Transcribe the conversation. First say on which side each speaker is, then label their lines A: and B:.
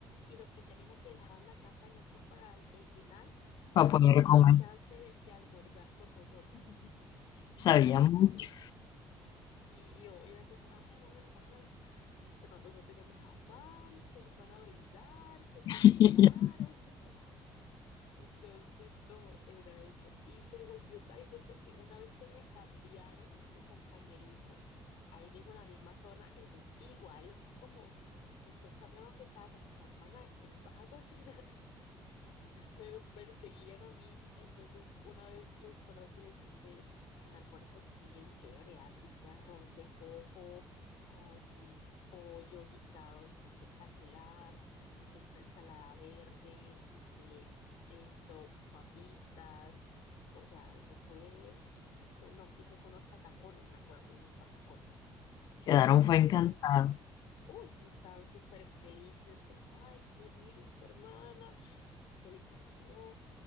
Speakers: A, on the left; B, on the left.
A: Y lo que hacían era que dejaban la casa de nosotras para el el final,
B: para
A: para
B: poder
A: que les
B: comer.
A: diera el chance de de almorzar con nosotras.
B: Sabía mucho.
A: Sí, hoy era como, ah, bueno, hermanas, esto no- hoy no tenemos afán, que nos van a brindar, que
B: <laughs>
A: cocinaron. <laughs> Entonces, como era eso. Y se volvió tradición porque una vez que me cambiaron de compañerismo, ahí mismo en la misma zona, ellos igual, como después cambiaron de casa, como hermana, que nos vas a <laughs> cocinar me perseguían a mí. Entonces, una vez les recuerdo que les hice un almuerzo así bien chévere. ah, Hice arroz de coco con pollo guisado bien espectacular. Hice una ensalada verde, hice esto, papitas. O sea, eso fue, no, hice fue unos patacones, me acuerdo, unos patacones.
B: Quedaron fue encantado
A: En- uy, se estaban súper felices, como, ay, qué rico, hermana qué licor quedó,